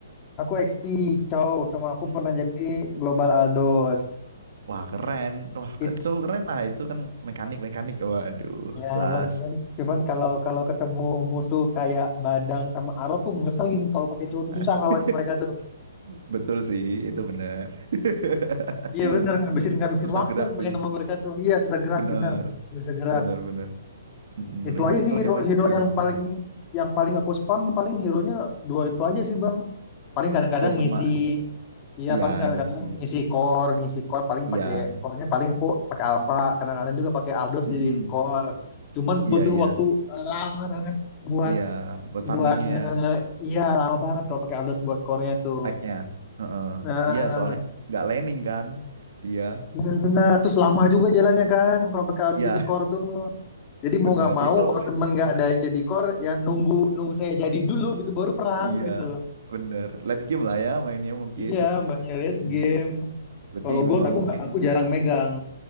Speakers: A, on the left; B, on the right.
A: aku XP Chow sama aku
B: Hmm.
A: pernah jadi Global Aldos
B: Wah keren, wah
A: it
B: ke- cowok keren lah itu kan mekanik mekanik, waduh
A: Ya
B: kelas.
A: bang, cuman cuman kalau kalau ketemu musuh kayak Badang sama Aro tuh ngeselin kalau pakai cowok tuh
B: <laughs>
A: susah lawannya mereka tuh.
B: Betul sih, itu benar. <laughs>
A: Iya bener ngabisin
B: Ya,
A: ngabisin
B: susah
A: waktu
B: gerak
A: main
B: sih,
A: sama mereka tuh. Iya susah gerak
B: benar,
A: bener, Nggak bisa gerak.
B: benar, benar. Mm-mm,
A: Itu
B: udah gitu
A: aja sih
B: cowok
A: hero
B: nyawanya
A: hero
B: juga
A: yang
B: gak banyak.
A: paling yang paling aku spam paling hero-nya dua itu aja sih bang. Paling kadang-kadang
B: Cowok sama,
A: ngisi, iya
B: ya
A: paling kadang-kadang
B: ngisi,
A: ngisi core, ngisi core paling
B: iya,
A: pakai core-nya paling aku pakai Alpha, kadang-kadang juga pakai Aldos
B: Mm-mm,
A: jadiin core. Cuman
B: iya,
A: butuh
B: iya,
A: waktu lama banget buat
B: iya, buat
A: buat
B: farmingnya
A: nge
B: ya,
A: iya lama banget kalau pakai ardos buat core-nya tuh.
B: tagnya. Heeh.
A: Nah,
B: Iya, soalnya nggak landing kan dia.
A: benar benar. Terus lama juga jalannya kan kalau pakai ardos
B: Iya,
A: jadi core tuh.
B: <laughs>
A: Jadi mau
B: benar.
A: nggak mau
B: Ya kalau
A: kalau
B: mau
A: temen nggak ada yang jadi core ya nunggu nunggu saya jadi dulu gitu baru perang
B: Iya,
A: gitu.
B: bener. Late game lah ya mainnya mungkin.
A: Iya, makanya lihat
B: Hmm.
A: game.
B: Berarti
A: Kalau gold
B: memang
A: aku
B: mungkin.
A: nggak aku jarang megang.